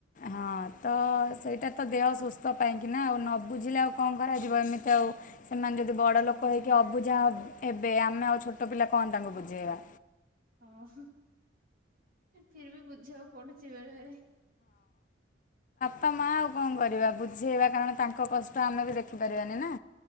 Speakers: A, on the left; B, on the right.
A: ହଁ ତ ସେଇଟା ତ ଦେହ ସୁସ୍ଥ ପାଇଁ। କି ନା ଆଉ ନ ବୁଝିଲେ ଆଉ କଣ କରାଯିବ? ଏମିତି ଆଉ, ସେମାନେ ଯଦି ବଡ଼
B: ସେଇଆ
A: ଲୋକ ହେଇକି
B: ହିଁ
A: ଅବୁଝା
B: ଦିଦି।
A: ହେବେ, ଆମେ ଆଉ ଛୋଟ ପିଲା କଣ ତାଙ୍କୁ ବୁଝେଇବା?
B: ହଁ ଅଁ ଫିର ବି ବୁଝାଉ। ପଡ଼ୁଛି ବେଳେବେଳେ।
A: ତ ମା ଆଉ କଣ କରିବା, ବୁଝେଇବା କାରଣ ତାଙ୍କ କଷ୍ଟ ଆମେ ବି ଦେଖିପାରିବାନି ନା।